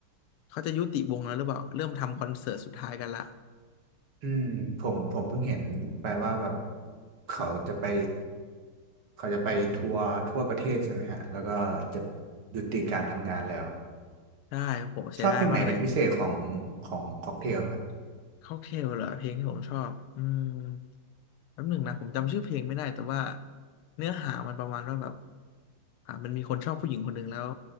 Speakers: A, on the left (about 80°); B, on the right (about 70°).
A: เขาจะยุติวงแล้วหรือเปล่าเริ่มทำคอนเสิร์ตสุดท้ายกันละ
B: อืมผมผมเพิ่งเห็นไปว่าแบบเขาจะไปเขาจะไปทัวร์ทั่วประเทศใช่ไหมฮะแล้วก็จะยุติการทำงานแล้ว
A: ได้โหเสียดายมากเลย
B: ชอบเพลงไหนเป็นพิเศษของของค็อกเทลครับ
A: ค็อกเทลเหรอเพลงที่ผมชอบอืมแป๊บหนึ่งนะผมจำชื่อเพลงไม่ได้แต่ว่าเนื้อหามันประมาณว่าแบบอ่ามันมีคนชอบผู้หญิงคนหนึ่งแล้ว